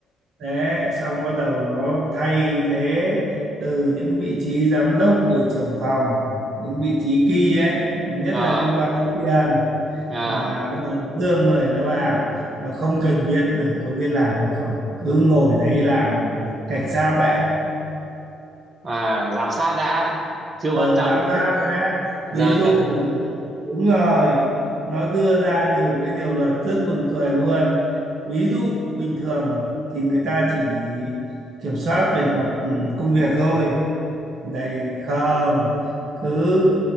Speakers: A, on the right; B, on the right.
A: thế xong bắt đầu nó thay thế từ những vị trí giám đốc rồi trưởng phòng những vị trí key ấy mà nhất
B: à,
A: là liên quan đến tiền
B: à,
A: là bắt đầu đưa người nó vào và không cần biết là có biết làm hay không cứ ngồi đấy làm cảnh sát đã
B: à, giám sát đã, chưa
A: Ờ,
B: quan trọng,
A: giám sát đã
B: giờ
A: ví dụ
B: cần.
A: là đúng rồi nó đưa ra nhiều cái điều luật rất buồn cười luôn ví dụ bình thường thì người ta chỉ kiểm soát về mặt ừ, công việc thôi đây không cứ